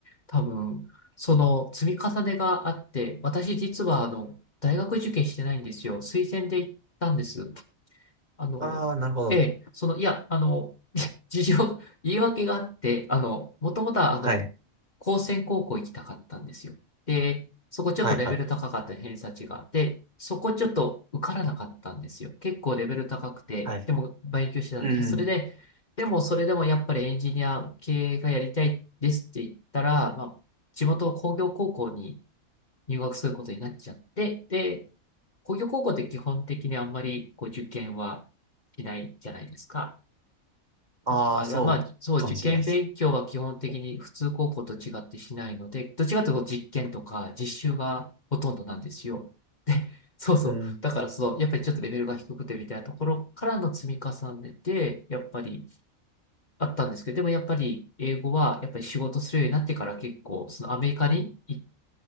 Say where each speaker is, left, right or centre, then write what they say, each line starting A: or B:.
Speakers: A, on the left; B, on the right.
A: 多分、その積み重ねがあって、私実は、あの、大学受験してないんですよ。推薦で行ったんです。あの、
B: ああ、なるほど。
A: ええ、その、いや、あの、<laughs> 事情、言い訳があって、あの、もともとは、あの、
B: はい。
A: 高専高校行きたかったんですよ。で、そこちょっとレベル高かった偏差値があって、
B: はいはい。
A: そこちょっと受からなかったんですよ。結構レベル高くて、
B: はい。
A: でも勉強してたんで、
B: うん。
A: それで、でもそれでもやっぱりエンジニア系がやりたいですって言ったら、まあ、地元工業高校に入学することになっちゃって、で、工業高校って基本的にあんまりこう受験はしないじゃないですか。
B: ああ、
A: だからまあ、
B: そうかもしれないです。
A: そう、受験勉強は基本的に普通高校と違ってしないので、どっちかというと実験とか実習がほとんどなんですよ。で、そうそう。
B: うん。
A: だからその、やっぱりちょっとレベルが低くてみたいなところからの積み重ねで、やっぱりあったんですけど、でもやっぱり英語はやっぱり仕事するようになってから結構、そのアメリカに行